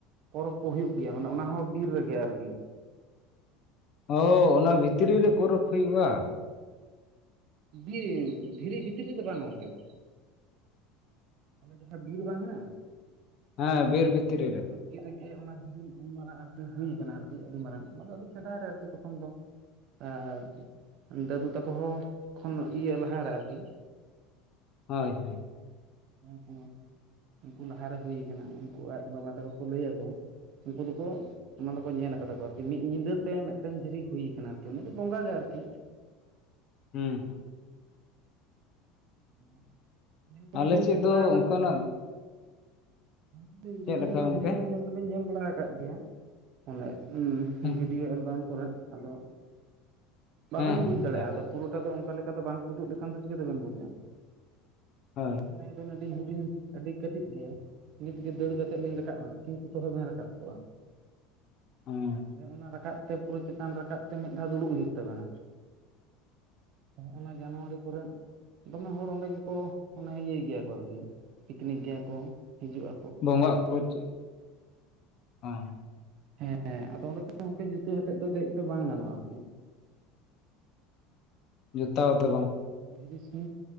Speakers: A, on the right; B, on the left.
A: ᱯᱚᱨᱚᱵᱽ ᱠᱚ ᱦᱩᱭᱩᱜ ᱜᱮᱭᱟ ᱾ ᱚᱱᱮ ᱚᱱᱟ ᱦᱚᱸ ᱵᱤᱨ ᱨᱮᱜᱮ, ᱟᱨᱠᱤ ᱾
B: ᱚᱻ! ᱚᱱᱟ
A: ᱯᱚᱨᱚᱵᱽ
B: ᱵᱷᱤᱛᱨᱤ
A: ᱠᱚ ᱦᱩᱭᱩᱜ
B: ᱨᱮ, ᱯᱚᱨᱚᱵᱽ ᱦᱩᱭᱩᱜᱼᱟ ᱾
A: ᱤᱻᱭᱟ. ᱼᱫᱷᱤᱨᱤ ᱵᱷᱤᱛᱤᱨ ᱨᱮᱫᱚ, ᱵᱟᱝ ᱜᱚᱝᱠᱮ ᱾ ᱚᱱᱮ ᱡᱟᱦᱟᱸ, ᱵᱤᱨ ᱵᱟᱝ ᱦᱮᱱᱟᱜᱼᱟ?
B: ᱦᱮᱸ, ᱵᱤᱨ ᱵᱤᱛᱨᱤ ᱨᱮ ᱾
A: <inaudible> ᱠᱤ ᱨᱮᱜᱮ ᱚᱱᱟ ᱩᱱ ᱢᱟᱨᱟᱝᱟᱜ ᱦᱩᱭ ᱟᱠᱟᱱᱟ, ᱟᱨᱠᱤ ᱟᱹᱰᱤ ᱢᱟᱨᱟᱝ, ᱚᱱᱟ ᱫᱚ, ᱟᱹᱰᱤ ᱥᱮᱫᱟᱭ ᱨᱮ, ᱟᱨᱠᱤ ᱛᱚᱠᱷᱚᱱ ᱫᱚ, ᱟᱨ, ᱫᱟᱹᱫᱩ ᱛᱟᱠᱚ, ᱦᱚ ᱠᱷᱚᱱ, ᱤᱭᱟᱹ ᱞᱟᱦᱟᱨᱮ ᱟᱨᱜᱤ ᱾
B: ᱦᱳᱭ ᱦᱳᱭ ᱾
A: <inaudible> ᱩᱱᱠᱩ ᱞᱟᱦᱟᱨᱮ ᱦᱩᱭ ᱟᱠᱟᱱᱟ, ᱩᱱᱠᱩ ᱟᱡ ᱵᱟᱵᱟ ᱛᱟᱠᱚ ᱠᱚ, ᱞᱟᱹᱭ ᱟᱠᱚ ᱾ ᱩᱱᱠᱩ ᱫᱚᱠᱚ ᱚᱱᱟ ᱫᱚᱠᱚ, ᱧᱮᱞ ᱟᱠᱟᱫᱟ ᱠᱚ, ᱟᱨᱠᱤ ᱢᱤᱫ ᱧᱤᱫᱟᱹ ᱛᱮ, ᱢᱤᱫᱴᱮᱱ ᱫᱷᱤᱨᱤ ᱦᱩᱭ ᱟᱠᱟᱱᱟ, ᱟᱨᱠᱤ ᱚᱱᱟ ᱫᱚ ᱵᱚᱸᱜᱟ ᱜᱮ ᱟᱨᱠᱤ ᱾
B: ᱦᱩᱸᱻ ᱾
A: <inaudible> ᱧᱮᱞ ᱠᱚᱫᱚ
B: ᱟᱞᱮ
A: ᱵᱤᱱ, ᱧᱮᱞ
B: ᱥᱮᱫ
A: ᱵᱟᱲᱟ
B: ᱫᱚ
A: ᱟᱠᱟᱫ
B: ᱚᱱᱠᱟᱱᱟᱜ
A: ᱜᱮᱭᱟ? <inaudible>
B: ᱪᱮᱫ
A: ᱫᱤᱫᱤ
B: ᱞᱮᱠᱟ
A: ᱚᱱᱟ
B: ᱜᱚᱝᱠᱮ
A: ᱫᱷᱤᱨᱤ ᱠᱚᱫᱚ, ᱧᱮᱞ ᱫᱚᱵᱮᱱ ᱧᱮᱞ, ᱵᱟᱲᱟ ᱟᱠᱟᱫ ᱜᱮᱭᱟ? ᱚᱱᱮ ᱩᱸᱻᱢ,
B: ᱦᱮᱸ
A: ᱵᱷᱤᱰᱤᱭᱳ ᱮᱞᱵᱟᱢ ᱠᱚᱨᱮᱱ, ᱟᱫᱚ? ᱵᱟᱵᱮᱱ
B: ᱦᱮᱸ
A: ᱵᱩᱡᱽ ᱫᱟᱲᱮᱭᱟᱜᱼᱟ
B: ᱦᱮᱸ
A: ᱾ ᱟᱫᱚ, ᱯᱩᱨᱟᱹᱴᱟ ᱫᱚ, ᱚᱱᱠᱟ ᱞᱮᱠᱟ ᱫᱚ ᱵᱟᱝ ᱠᱚ, ᱩᱫᱩᱜ ᱞᱮᱠᱷᱟᱱ ᱫᱚ, ᱪᱤᱠᱟᱹᱛᱮᱵᱮᱱ ᱵᱩᱡᱟ ᱧᱟᱢᱟ ᱾
B: ᱦᱳᱭ
A: ᱚᱱᱮ ᱵᱮᱱ, ᱟᱹᱰᱤ ᱦᱩᱰᱤᱧ, ᱟᱹᱰᱤ ᱠᱟᱹᱴᱤᱡ ᱜᱮᱭᱟ ᱾ ᱱᱤᱛ ᱜᱮ, ᱫᱟᱹᱲ ᱠᱟᱛᱮᱫ ᱞᱤᱧ ᱨᱟᱠᱟᱵᱼᱟ ᱾ ᱠᱤᱱᱛᱩ, ᱛᱚᱦᱮ ᱵᱮᱱ ᱨᱟᱠᱟᱵ ᱠᱚᱜᱼᱟ ᱾
B: ᱚᱸᱻ ᱾
A: ᱚᱱᱟ ᱨᱟᱠᱟᱵ ᱛᱮ ᱯᱩᱨᱟᱹ ᱪᱮᱛᱟᱱ ᱨᱟᱠᱟᱵ ᱛᱮ ᱢᱤᱫ ᱫᱷᱟᱣ ᱫᱩᱲᱩᱵ ᱦᱩᱭᱩᱜ ᱛᱟᱵᱮᱱᱟ᱾ ᱚᱱᱟ ᱡᱟᱱᱩᱣᱟᱨᱤ ᱠᱚᱨᱮᱼᱼ ᱫᱚᱢᱮ ᱦᱚᱲ ᱚᱸᱰᱮ ᱜᱮᱠᱚ ᱢᱟᱱᱮ ᱤᱭᱟᱹᱭ ᱜᱮᱭᱟ ᱠᱚ ᱟᱨᱠᱤ ᱯᱤᱠᱱᱤᱠ ᱜᱮᱭᱟ ᱠᱚ ᱦᱤᱡᱩᱜᱼᱟ᱾
B: ᱵᱚᱸᱜᱟᱜ ᱠᱚ ᱪᱮᱫ? ᱦᱮᱸᱼᱼ
A: ᱦᱮᱸ ᱟᱫᱚ ᱚᱸᱰᱮ ᱫᱚ ᱜᱚᱝᱠᱮ ᱡᱩᱛᱟᱹ ᱠᱟᱛᱮᱫ ᱫᱚ ᱫᱮᱡ ᱫᱚ ᱵᱟᱝ ᱜᱟᱱᱚᱜᱼᱟ ᱟᱨᱠᱤ
B: ᱡᱚᱛᱟ ᱣᱟᱛᱮ
A: ᱚᱸᱰᱮ ᱫᱷᱤᱨᱤ ᱥᱤ